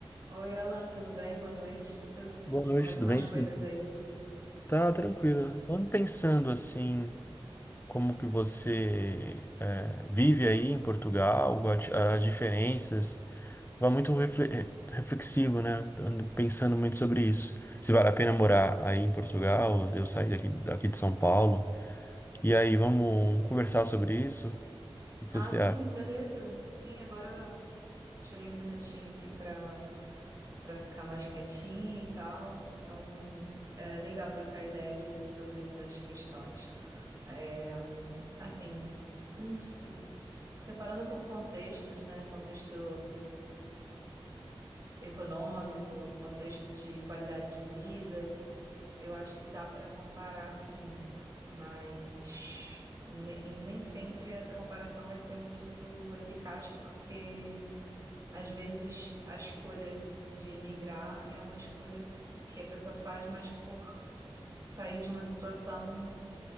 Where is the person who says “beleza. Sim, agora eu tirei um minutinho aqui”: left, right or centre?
Right